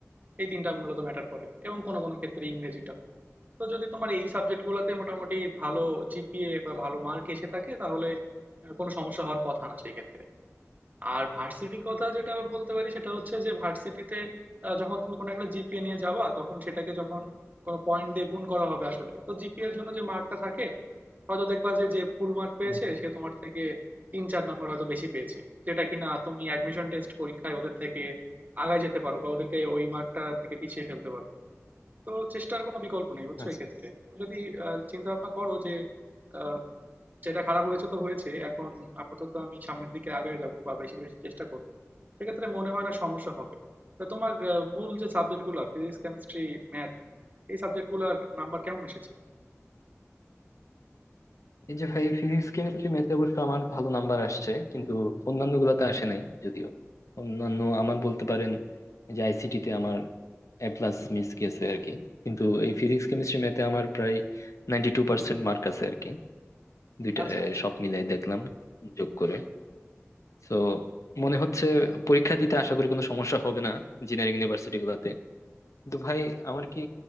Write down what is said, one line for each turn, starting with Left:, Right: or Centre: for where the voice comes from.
Right: এই তিনটা মূলত ম্যাটার করে এবং কোনো কোনো ক্ষেত্রে ইংরেজিটাও তো যদি তোমার এই সাবজেক্টগুলোতে মোটামুটি ভালো জিপিএ বা ভালো মার্ক এসে থাকে তাহলে আহ, কোনো সমস্যা হওয়ার কথা না সেই ক্ষেত্রে আর ভার্সিটির কথা যেটা বলতে পারি সেটা হচ্ছে যে ভার্সিটিতে আহ, যখন তুমি কোনো একটা জিপিএ নিয়ে যাবা তখন সেটাকে যখন কোনো পয়েন্ট দিয়ে গুণ করা হবে আসলে তো জিপিএ এর জন্য যে মার্কটা থাকে হয়তো দেখবা যে যে ফুল মার্ক পেয়েছে
Left: হুম, হুম।
Right: সে তোমার থেকে তিন চার নম্বর হয়তো বেশি পেয়েছে যেটা কিনা তুমি অ্যাডমিশন টেস্ট পরীক্ষায় ওদের থেকে আগায় যেতে পারো বা ওদেরকে ওই মার্কটা থেকে পিছিয়ে ফেলতে পারো তো চেষ্টার কোনো বিকল্প নেই বুঝছো
Left: আচ্ছা
Right: এই ক্ষেত্রে তুমি যদি চিন্তা ভাবনা করো যে আহ, যেটা খারাপ হয়েছে তো হয়েছে। এখন আপাতত আমি সামনের দিকে আগায় যাবো বা বেশি বেশি চেষ্টা করবো। সেক্ষেত্রে মনে হয় না সমস্যা হবে। তা তোমার আ মূল যে সাবজেক্ট গুলা ফিজিক্স, কেমিস্ট্রি, ম্যাথ এই সাবজেক্ট গুলার নাম্বার কেমন এসেছে?
Left: এই যে ভাই ফিজিক্স কেমিস্ট্রি ম্যাথে অবশ্য আমার ভালো নাম্বার আসছে কিন্তু অন্যান্য গুলাতে আসে নাই যদিও অন্যান্য আমার বলতে পারেন যে আইসিটি তে আমার এ প্লাস মিস গেছে আর কি কিন্তু এই ফিজিক্স কেমিস্ট্রি ম্যাথে আমার প্রায় নাইনটি টু পার্সেন্ট মার্ক আছে আর কি দুইটা
Right: আচ্ছা,
Left: এ,
Right: আচ্ছা।
Left: সব মিলাই দেখলাম যোগ করে তো মনে হচ্ছে পরীক্ষা দিতে আশা করি কোনো সমস্যা হবে না ইঞ্জিনিয়ারিং ইউনিভার্সিটি গুলাতে কিন্তু ভাই আমার কি